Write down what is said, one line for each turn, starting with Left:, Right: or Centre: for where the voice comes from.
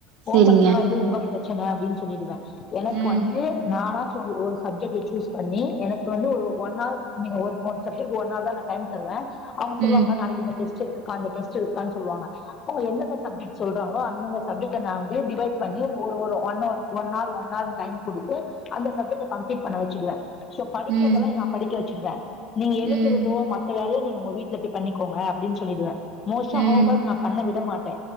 Left: ஹோமர்க்ல்லா
Right: சேரிங்க
Left: வந்து உங்க பிரச்சன அப்டின் சொல்லிடுவ எனக்கு
Right: ம்
Left: வந்து நானாச் ஒரு ஒரு சப்ஜெக்ட் சூஸ் பண்ணி எனக்கு வந்து ஒரு ஒன்னாவ் நிங்க ஒர்க் சப்ஜெட்க்கு ஒன்னார் தா நா டைம் தருவே அவ்ங்க சொல்லுவாங்க
Right: ம்
Left: நாளைக்கு இந்த டெஸ்ட் இருக்கு அந்த டெஸ்ட் இருக்கா சொல்வாங்க அவ்ங்க எந்தெந்த சப்ஜெக்ட் சொல்றாங்ளோ அந்தந்த சப்ஜெக்ட நா வந்து டிவைட் டு பண்ணி ஒரு ஒரு ஒன்னொ ஒன்னார் ஒன்னார் டைம் குடுத்து அந்த சப்ஜெக்ட கம்ப்ளீட் பண்ண வெச்சிடுவே சோ படிக்கர்தெல்லா
Right: ம்
Left: இங் நா படிக்க வச்சிருவே நீங்க எழுதுறதோ
Right: ம்
Left: மத்த வேலய நீங்க உங்க வீட்ல பொய் பண்ணிக்கோங்க அப்டின் சொல்லிட்வே மோஸ்டா
Right: ம்
Left: ஹோம் ஒர்க் நா பண்ண விட மாட்டே